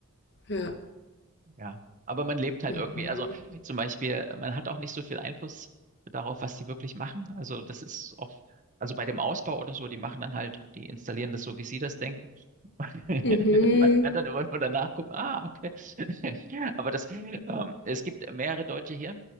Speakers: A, on the left; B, on the right.
A: Ja.
B: Ja. Aber man lebt halt
A: Mhm.
B: irgendwie. Also zum Beispiel, man hat auch nicht so viel Einfluss darauf, was die wirklich machen. Also das ist oft, also bei dem Ausbau oder so, die machen dann halt, die installieren das so, wie sie das denken. <laughs>
A: Mhm.
B: Man kann dann immer nur danach gucken, ah, okay. <laughs> Aber das, ähm, es gibt mehrere Deutsche hier,